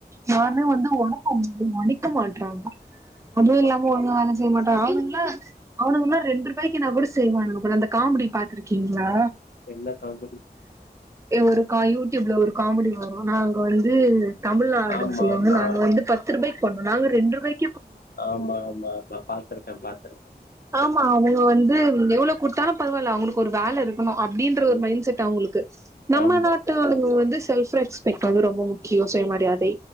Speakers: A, on the right; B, on the left.
A: யாருமே வந்து ஒடம்ப மடிக்க மாட்றாங்க அதுவு
B: ஆமா
A: இல்லாம ஒழுங்கா வேல செய்ய மாட் நானுங்கள அவனுக்குனா ரெண்டுரூபாய்கு நா கூட செய்வானுங்க போல அந்த காமெடி பாத்துருக்கீங்ளா
B: என்ன காமடி
A: ஏ ஒரு கா யு யூடியூப்ல ஒரு காமெடி வரு நா அங்க வந்து தமிழ் ஆளுங்க
B: ஆமா
A: சொல்லுவாங்கள
B: ஆமா
A: அங்க வந்து பத்து ரூபாய்க் பண்ணு நாங்க ரெண்டு ரூபாய்க்
B: ஆமா ஆமா ஆமா பாத்துருக்கே பாத்துருக்கே
A: ஆமா அவுங்க வந்து எவ்வள குடுத்தாலு பரவால்ல அவுங்களுக்கு ஒரு வேல இருக்கு ம்ம அப்டீன்ற ஒரு
B: ம்
A: மைண் செட் அவுங்களுக்கு நம்ம
B: ஆமா
A: நாட்டு ஆளுங்க வந்து செல்ப்ரெக்ஸ்பட் கௌரவம் முக்கிய சுயமரியாதை